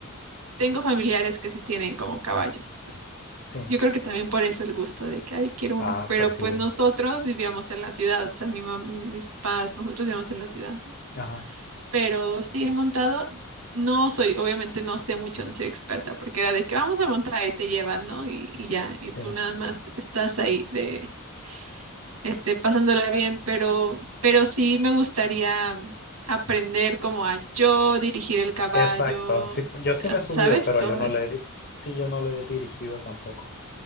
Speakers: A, on the right (about 80°); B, on the left (about 50°).
A: tengo familiares que sí tienen como caballos, pues.
B: Sí.
A: Yo creo que también por eso el gusto de que, ay, quiero
B: Ah,
A: uno. Pero
B: pues sí.
A: pues nosotros vivíamos en la ciudad, o sea, mi mam- mis papás, nosotros vivíamos en la ciudad
B: Ajá.
A: pero sí he montado. No soy, obviamente no sé mucho, no soy experta, porque era de que vamos a montar y te llevan, ¿no? Y, y ya,
B: Sí.
A: y tú nada más estás ahí de, este, pasándola bien, pero, pero sí me gustaría aprender como a yo dirigir el caballo,
B: Exacto. Sí, yo sí
A: eh,
B: me he subido,
A: ¿sabes?
B: pero
A: Todo
B: yo no
A: eso.
B: le, he- sí, yo no lo he dirigido tampoco.